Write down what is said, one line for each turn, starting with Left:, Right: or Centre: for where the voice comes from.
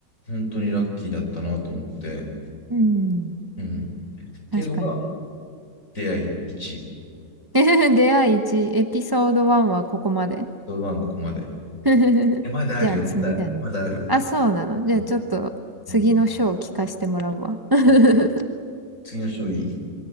Left: 本当にラッキーだったなと思って。
Right: うん。
Left: うん。っていうのが
Right: 確かに。
Left: 出会い1。
Right: <laughs> 出会い1、エピソード1はここまで。
Left: 一晩ここまで。
Right: <laughs>
Left: え、まだあるよ。
Right: じゃあ次だね。
Left: まだ、まだある。
Right: あ、そうなの。じゃあちょっと次の章を聞かせてもらうわ。
Left: うん。うん。
Right: <laughs>
Left: うん次の章いい。